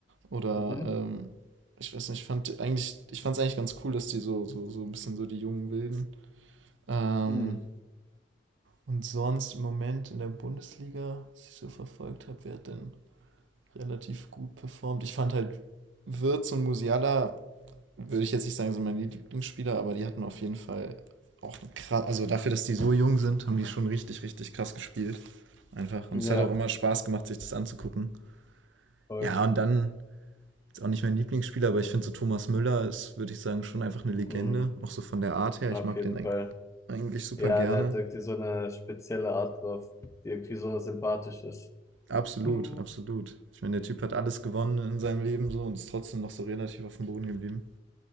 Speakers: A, on the right (about 85°); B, on the left (about 15°).
A: Oder
B: Mhm.
A: ähm, ich weiß nicht, ich fand eigentlich, ich fand es eigentlich ganz cool, dass die so, so, so ein bisschen so die jungen Wilden. Ähm,
B: Hm.
A: und sonst im Moment in der Bundesliga, was ich so verfolgt habe, wer hat denn relativ gut performt? Ich fand halt Wirtz und Musiala würde ich jetzt nicht sagen, sind meine Lieblingsspieler, aber die hatten auf jeden Fall auch krass, also dafür, dass die so jung sind, haben die schon richtig, richtig krass gespielt. Einfach. Und es
B: Ja,
A: hat auch immer Spaß gemacht, sich das anzugucken.
B: voll.
A: Ja, und dann ist auch nicht mein Lieblingsspieler, aber ich finde so Thomas Müller ist, würde ich sagen, schon einfach eine Legende.
B: Hm.
A: Auch so von der Art her.
B: Auf
A: Ich mag
B: jeden
A: den
B: Fall.
A: eigentlich super
B: Ja,
A: gerne.
B: der hat irgendwie so eine spezielle Art drauf, die irgendwie so sympathisch ist.
A: Absolut,
B: Ja,
A: absolut. Ich meine, der Typ hat alles gewonnen in seinem Leben so und ist trotzdem noch so relativ auf dem Boden geblieben.